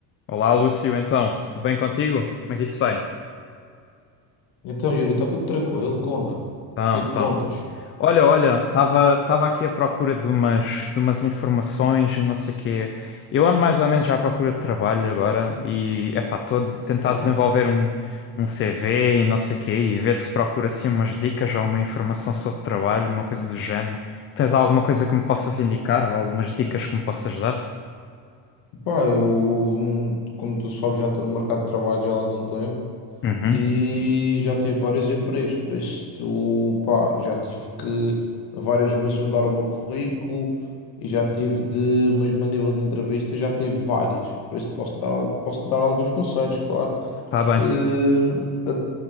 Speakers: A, on the left (about 30°); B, on the left (about 60°).
A: Olá, Lúcio, então, tudo bem contigo? Como é que isso vai?
B: Então, Yuri, está tudo tranquilo? Conta. O
A: Então,
B: que é que
A: então.
B: contas?
A: Olha, olha, estava estava aqui à procura de umas, de umas informações e não sei quê. Eu ando mais ou menos já à procura de trabalho agora e, epá, estou a des-
B: Ok.
A: tentar desenvolver um, um CV e não sei quê e ver se procuro assim umas dicas ou uma informação sobre trabalho, uma coisa do género. Tens alguma coisa que me possas indicar ou algumas dicas que me possas dar?
B: Pá, eu, hum, como tu sabes, já estou no mercado de trabalho já há algum tempo
A: Uhum,
B: e já tive vários empregos, por isso tu, pá, já tive que várias vezes mudar o meu currículo e já tive de, mesmo a nível de entrevista, já tive várias, por isso posso dar, al- posso dar alguns conselhos, claro.
A: tá bem,
B: Hum, a-